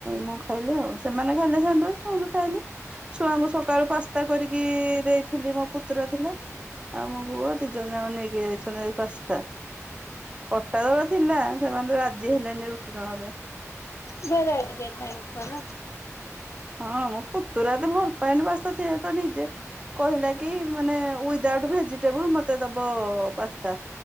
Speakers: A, on the right; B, on the left.
A: ମୁଁ ଖାଇ ଆଉ ସେମାନେ ଖାଇଲେ ସାଣ୍ଡଚ ମୁଁ ବି ଖାଇଲି ଛୁଆଙ୍କୁ ସକାଳୁ ପାସ୍ତା କରିକି ଦେଇଥିଲି ମୋ ପୁତ୍ରା ଥିଲା ଆଉ ମୋ ପୁଅ ଦି ଜଣ ଯ ନେଇକ ଯାଇଛନ୍ତି ପାସ୍ତା ପଟା ତଳ ଥିଲା ସେମାନେ ରାଜି ହେଲେନି ରୁଟି ନବା ପାଇଁ
B: ଭେରାଇଟି ଟିକେ ଖାଇବାକୁ କର।
A: ହଁ ମୁ ପୁତୁରା ତ ଭଲ ପାଏନି, ବସ ସେ ନିଜେ କହିଲା କି ମାନେ ଦାଉଟ ଭେଜିଟେବୁଲ ମତେ ଦବ ପାସ୍ତା